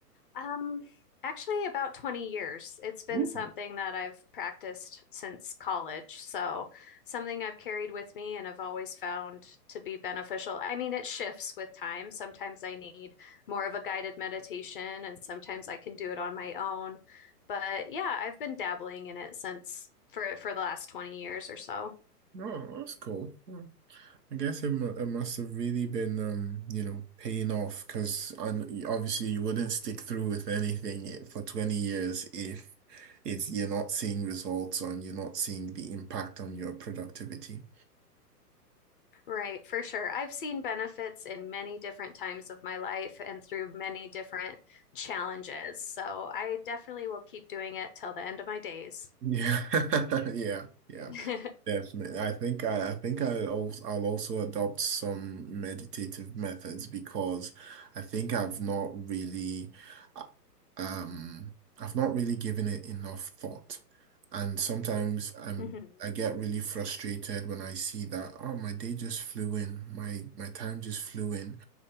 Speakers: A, on the left; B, on the right.
A: Um, actually about 20 years. It's been
B: Ooh,
A: something that I've practiced since college. So something I've carried with me and I've always found to be beneficial. I mean, it shifts with time. Sometimes I need more of a guided meditation and sometimes I can do it on my own. But yeah, I've been dabbling in it since for for the last 20 years or so.
B: no, that's cool. Yeah. I guess it, mu- it must have really been um you know paying off because obviously you wouldn't stick through with anything i- for 20 years if it's you're not seeing results and you're not seeing the impact on your productivity.
A: Right, for sure. I've seen benefits in many different times of my life and through many different challenges. So I definitely will keep doing it till the end of my days.
B: Yeah, <laughs> yeah, yeah,
A: <laughs>
B: definitely. I think I, I think I also, I'll also adopt some meditative methods because I think I've not really, uh, um, I've not really given it enough thought, and sometimes I'm
A: hmm
B: I get really frustrated when I see that oh my day just flew in, my my time just flew in,